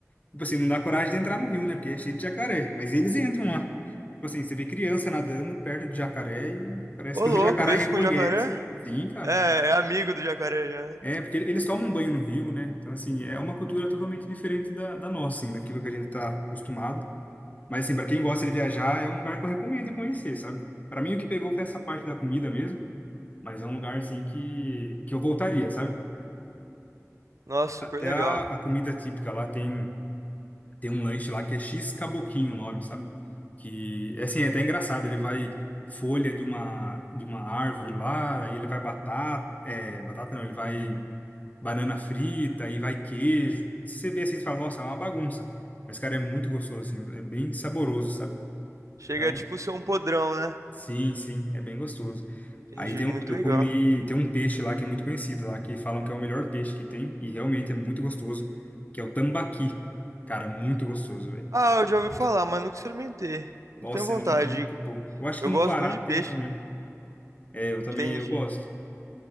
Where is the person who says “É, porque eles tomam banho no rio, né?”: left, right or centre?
Left